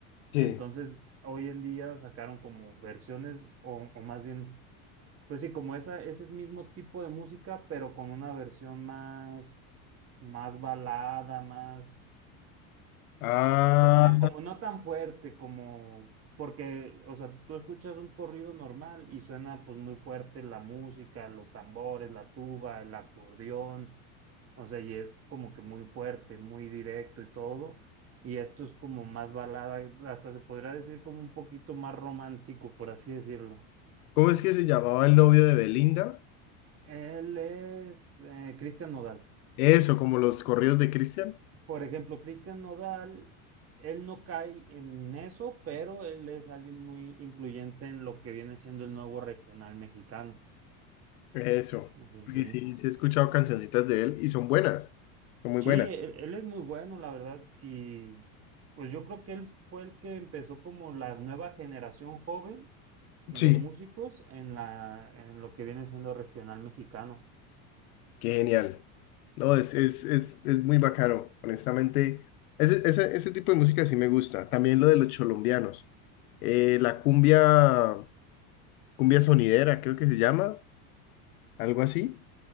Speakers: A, on the left (about 90°); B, on the right (about 35°).
A: Sí.
B: Entonces, hoy en día sacaron como versiones, o, o más bien, pues sí, como esa, ese mismo tipo de música, pero con una versión más, más balada, más.
A: Ah,
B: Como, como no tan fuerte, como, porque, o sea, tú escuchas un corrido normal y suena pues muy fuerte la música, los tambores, la tuba, el acordeón, o sea, y es como que muy fuerte, muy directo y todo. Y esto es como más balada, hasta se podría decir como un poquito más romántico, por así decirlo.
A: ¿cómo es que se llamaba el novio de Belinda?
B: Él es eh, Cristian Nodal.
A: Eso, como los corridos de Cristian.
B: Por ejemplo, Cristian Nodal, él no cae en eso, pero él es alguien muy influyente en lo que viene siendo el nuevo regional mexicano.
A: Eso.
B: Entonces,
A: Porque
B: sí.
A: sí, sí he escuchado cancioncitas de él y son buenas, son muy
B: Sí,
A: buenas.
B: él, él es muy bueno, la verdad, y pues yo creo que él fue el que empezó como la nueva generación joven de
A: Sí.
B: músicos en la, en lo que viene siendo regional mexicano.
A: Qué genial. No, es, es, es, es muy bacano, honestamente. Ese, ese, ese tipo de música sí me gusta. También lo de los cholombianos. Eh, la cumbia, cumbia sonidera, creo que se llama, algo así,